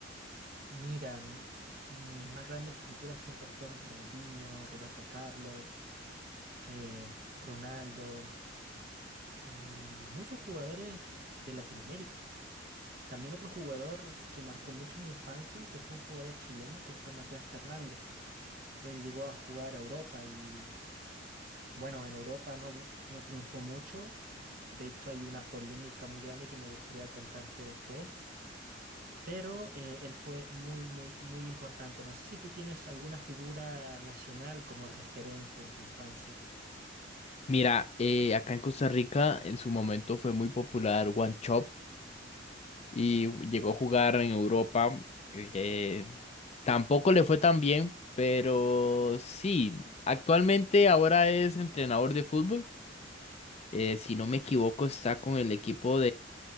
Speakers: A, on the right; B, on the left.
A: mira, m- mis más grandes figuras siempre fueron Ronaldinho, Roberto Carlos, eh, Ronaldo y muchos jugadores de Latinoamérica. También otro jugador que marcó mucho mi infancia, que fue un jugador chileno, que fue Matías Fernández. Él llegó a jugar a Europa y Bueno, en Europa no, no triunfó mucho. De hecho, hay una polémica muy grande que me gustaría contarte después. Pero eh, él fue muy, muy, muy importante. No sé si tú tienes alguna figura nacional como referente en tu infancia.
B: Mira, eh, acá en Costa Rica en su momento fue muy popular One Chop y llegó a jugar en Europa. eh, tampoco le fue tan bien, pero sí, actualmente ahora es entrenador de fútbol. eh, si no me equivoco, está con el equipo